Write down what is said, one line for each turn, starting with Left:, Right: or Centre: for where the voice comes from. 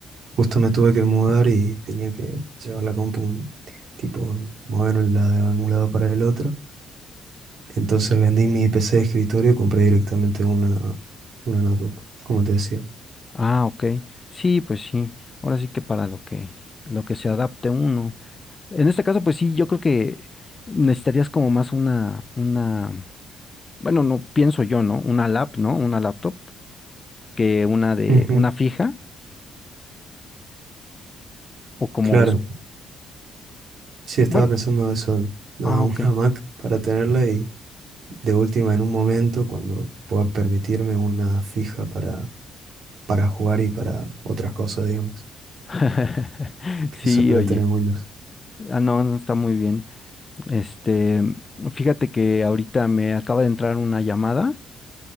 Right: justo me tuve que mudar y tenía que llevar la compu, tipo, moverla de un lado para el otro. Entonces vendí mi PC de escritorio y compré directamente una, una notebook, como te decía.
Left: ah, ok. Sí, pues sí. Ahora sí que para lo que, lo que se adapte uno. En este caso, pues sí, yo creo que necesitarías como más una, una, bueno, no pienso yo, ¿no? Una lap, ¿no? Una laptop que una de,
Right: Ujú,
Left: una fija, o como
Right: Claro,
Left: ves.
Right: sí, estaba
Left: Bueno,
Right: pensando eso, nada,
Left: ah,
Right: una
Left: ok.
Right: Mac para tenerla y de última en un momento cuando pueda permitirme una fija para, para jugar y para otras cosas, digamos,
Left: <laughs>
Right: que
Left: Sí,
Right: suele
Left: oye.
Right: tener Windows.
Left: Ah, no, no está muy bien. Este, fíjate que ahorita me acaba de entrar una llamada.